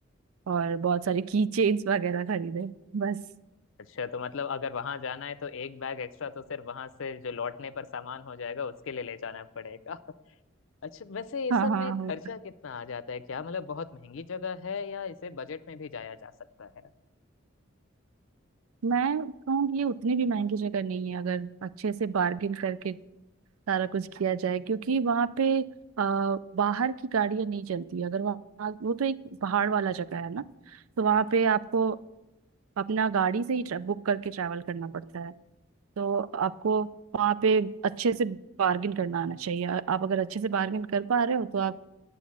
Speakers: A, on the right; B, on the left.
A: और बहुत सारे की चेन्स वगैरह खरीदे बस
B: अच्छा तो मतलब अगर वहां जाना है तो एक बैग एक्स्ट्रा तो सिर्फ वहां से जो लौटने पर सामान हो जाएगा उसके लिए ले जाना पड़ेगा अच्छा वैसे ये
A: हाँ
B: सब
A: हाँ
B: में खर्चा
A: हाँ।
B: कितना आ जाता है क्या मतलब बहुत महंगी जगह है या इसे बजट में भी जाया जा सकता है
A: मैं कहूँगी ये उतनी भी महंगी जगह नहीं है अगर अच्छे से बार्गिन करके सारा कुछ किया जाए क्योंकि वहाँ पे आ, बाहर की गाड़ियाँ नहीं चलती अगर वहाँ वो तो एक पहाड़ वाला जगह है ना तो वहाँ
B: हाँ
A: पे आपको अपना गाड़ी से ही tra- बुक करके ट्रैवल करना पड़ता है तो आपको वहाँ पे अच्छे से बार्गिन करना आना चाहिए अ- आप अगर अच्छे से बार्गिन कर पा रहे हो तो आप